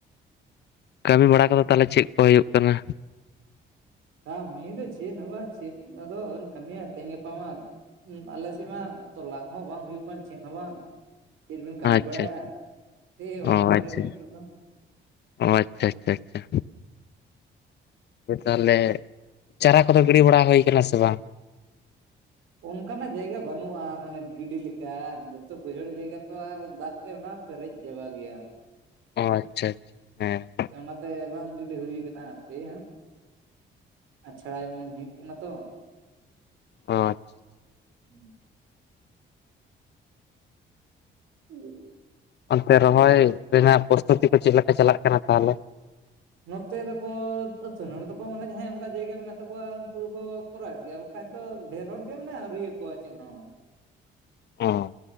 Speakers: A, on the left; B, on the right.
A: ᱠᱟᱹᱢᱤ ᱵᱟᱲᱟ ᱠᱚᱫᱚ ᱛᱟᱦᱚᱞᱮ ᱪᱮᱫ ᱠᱩ ᱦᱩᱭᱩᱜ ᱠᱟᱱᱟ᱾
B: ᱠᱟ ᱢᱤ ᱫᱚ ᱪᱮᱫ ᱦᱚ ᱵᱟᱝ ᱪᱮᱫ ᱟᱫᱚ ᱠᱟᱹᱢᱤᱭᱤᱭᱟ ᱛᱤᱦᱤᱧ ᱜᱟᱯᱟ ᱢᱟ᱾ ᱟᱞᱮᱥᱮᱫ ᱢᱟ ᱛᱚᱞᱟ ᱠᱚᱸ ᱦᱚᱸ ᱵᱟᱝ ᱦᱩᱭᱩᱜ ᱠᱟᱱ ᱪᱮᱫ ᱦᱚᱸ ᱵᱟᱝ᱾ ᱪᱮᱫ ᱵᱮᱱ ᱠᱟᱹᱢᱤ
A: ᱟᱪᱪᱷᱟ
B: ᱵᱟᱲᱟᱭᱟ
A: ᱟᱪᱪᱷᱟ
B: ᱥᱮᱭ ᱚᱲᱟᱜ
A: ᱚ
B: ᱠᱚᱨᱮ
A: ᱟᱪᱪᱷᱟ
B: ᱜᱮ ᱱᱤᱛᱚᱜ ᱫᱚ᱾
A: ᱚ ᱟᱪᱪᱷᱟ, ᱟᱪᱪᱷᱟ, ᱟᱪᱪᱷᱟ ᱦᱳᱭ ᱛᱟᱦᱚᱞᱮ ᱪᱟᱨᱟ ᱠᱚᱫᱚ ᱜᱤᱰᱤ ᱵᱟᱲᱟ ᱦᱩᱭ ᱠᱟᱱᱟ ᱥᱮ ᱵᱟᱝ?
B: ᱚᱱᱠᱟᱱᱼᱟᱜ ᱡᱟᱭᱜᱟ ᱵᱟᱹᱱᱩᱜᱼᱟ ᱢᱟᱱᱮ ᱜᱤᱰᱤ ᱞᱮᱠᱟ ᱡᱚᱛᱚ ᱵᱟᱹᱭᱦᱟᱹᱲ ᱡᱟᱭᱜᱟ ᱛᱚ ᱟᱨ ᱫᱟᱜᱼᱼᱼ ᱫᱟᱜ ᱛᱮ ᱚᱱᱟ ᱯᱮᱨᱮᱡ ᱪᱟᱵᱟ ᱜᱮᱭᱟ᱾
A: ᱚ ᱪᱪᱷᱟ ᱟᱪᱪᱷᱟ ᱦᱮᱸ
B: ᱚᱱᱟᱛᱮ ᱵᱟᱝ ᱜᱤᱰᱤ ᱦᱩᱭᱩ ᱟᱠᱟᱱᱟ ᱦᱟᱯᱮ ᱦᱟᱜ᱾ ᱟᱪᱷᱟᱲᱟᱭ ᱢᱮᱱ ᱦᱩᱭᱩᱜ ᱠᱟᱱᱟ ᱛᱚ᱾
A: ᱚ ᱤᱪᱪᱷᱟ
B: <inaudible> ᱦᱩᱸ ᱼᱼ
A: ᱚᱱᱛᱮ ᱨᱚᱦᱚᱭ ᱨᱮᱱᱟᱜ ᱯᱨᱚᱥᱛᱩᱛᱤ ᱠᱚ ᱪᱮᱫ ᱞᱮᱠᱟ ᱪᱟᱞᱟᱜ ᱠᱟᱱᱟ ᱛᱟᱦᱚᱞᱮ᱾
B: ᱱᱚᱛᱮ ᱫᱚᱠᱚ ᱟᱹᱛᱷᱟᱹᱱᱤ ᱦᱚᱲ ᱫᱚᱠᱚ ᱢᱟᱱᱮ ᱡᱟᱦᱟᱸᱭ ᱚᱱᱠᱟ ᱡᱟᱭᱜᱟ ᱢᱮᱱᱟᱜ ᱛᱟᱠᱩᱣᱟ ᱩᱱᱠᱩ ᱫᱩᱠᱚ᱾ ᱠᱚᱨᱟᱣᱮᱫ ᱜᱮᱭᱟ ᱵᱟᱠᱷᱟᱡ ᱫᱚ ᱰᱷᱮᱨ ᱦᱚᱲ ᱜᱮ ᱢᱟᱱᱮ ᱟᱶᱨᱤ ᱟᱠᱚᱣᱟ ᱪᱮᱫ ᱦᱚᱸᱼᱼ
A: ᱚ